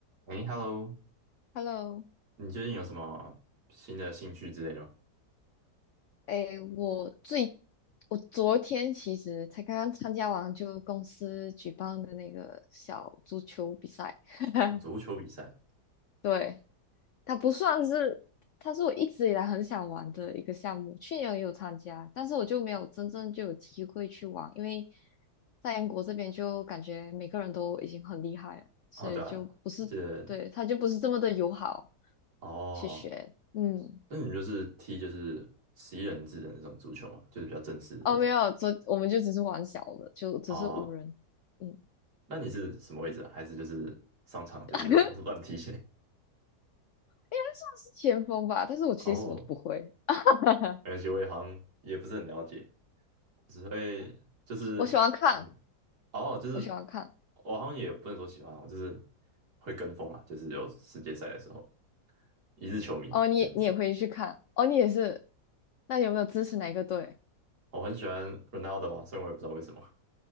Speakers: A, on the right; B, on the left.
A: 哎，Hello，
B: Hello，
A: 你最近有什么新的兴趣之类的吗？
B: 诶，我最我昨天其实才刚刚参加完就公司举办的那个小足球比赛，<laughs>
A: 哦，足球比赛。
B: 对，它不算是，它是我一直以来很想玩的一个项目，去年也有参加，但是我就没有真正就有机会去玩，因为在英国这边就感觉每个人都已经很厉害了，所以就不是，
A: 哦，对啊，这
B: 对，它就不是这么的友好
A: 哦，
B: 去学，嗯。
A: 那你就是踢就是十一人制的那种足球嘛，就是比较正式的那种。
B: 哦，没有，昨我们就只是玩小的，就只是五人，
A: 哦，
B: 嗯，
A: 那你是什么位置啊？还是就是上场就是
B: <laughs> 应
A: <laughs> 乱踢？
B: 该算是前锋吧。但是我其实什么都不会，
A: <laughs> 哦，
B: <laughs>
A: 没关系，我也好像也不是很了解，我只会就是嗯，
B: 我喜欢看，
A: 哦，就是
B: 我喜欢看。
A: 我好像也不能说喜欢啊，我就是会跟风啦，就是有世界赛的时候，一日球迷这样子。
B: 哦，你也你也会去看，哦，你也是。那你有没有支持哪一个队？
A: 我很喜欢 Ronaldo 啊，虽然我也不知道为什么，